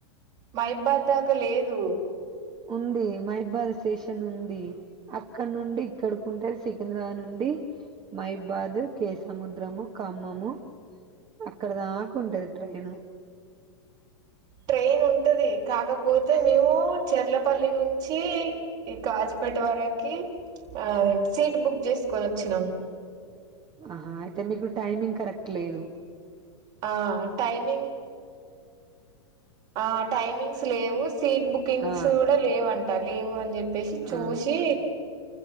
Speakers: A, on the right; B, on the right.
A: మయిబద్ దాకా లేదు
B: ఉంది మహిబాద్ స్టేషన్ ఉంది అక్కడ నుండి ఇక్కడకి ఉంటది సికింద్రాబాద్ నుండి మహిబాద్, కే సముద్రము, ఖమ్మము అక్కడ దాకా ఉంటది ట్రైను
A: ట్రైన్ ఉంటుది కాకపోతే మేము చెర్లపల్లి నుంచి ఈ కాజుపేట వరకి ఆ సీట్ బుక్ చేసుకొన వచ్చినాం
B: ఆహా అయితే మీకు టైమింగ్ కరెక్ట్ లేదు
A: ఆ టైమింగ్ ఆ టైమింగ్స్ లేవు సీట్ బుకింగ్స్
B: ఆ
A: కూడా లేవంటారు లేవు అని చెప్ వేసి చూసి
B: ఆ